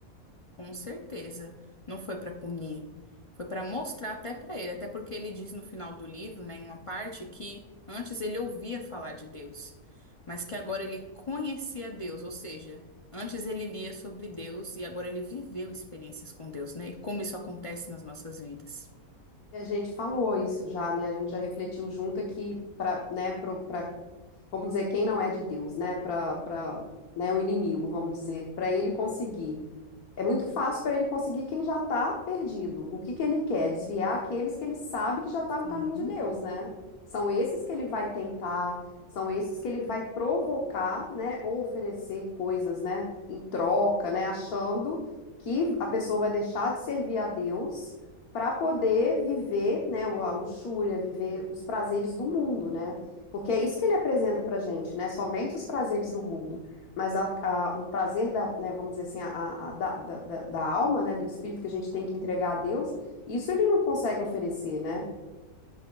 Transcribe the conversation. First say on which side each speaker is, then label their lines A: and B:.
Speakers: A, on the left (about 40°); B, on the left (about 75°).
A: Com certeza. Não foi para punir, foi para mostrar até para ele, até porque ele diz no final do livro, né, em uma parte, que antes ele ouvia falar de Deus, mas que agora ele conhecia Deus, ou seja, antes ele lia sobre Deus e agora ele viveu experiências com Deus, né? E como isso acontece nas nossas vidas.
B: E a gente falou isso já, né? A gente já refletiu junto aqui para, né, pro, pra, vamos dizer, quem não é de Deus, né? Para, para, né, o inimigo, vamos dizer, para ele conseguir É muito fácil para ele conseguir quem já está perdido. O que que ele quer? Desviar aqueles que ele sabe que já está
A: Sim.
B: no caminho de Deus, né? São esses que ele vai tentar, são esses que ele vai provocar, né? Ou oferecer coisas, né? Em troca, né? Achando que a pessoa vai deixar de servir a Deus para poder viver, né? A luxúria, viver os prazeres do mundo, né? Porque é isso que ele apresenta para gente, né? Somente os prazeres do mundo. Mas a- a- o prazer da, né, vamos dizer assim, a, a- a- da, da, da- da alma, né, do espírito que a gente tem que entregar a Deus, isso ele não consegue oferecer, né?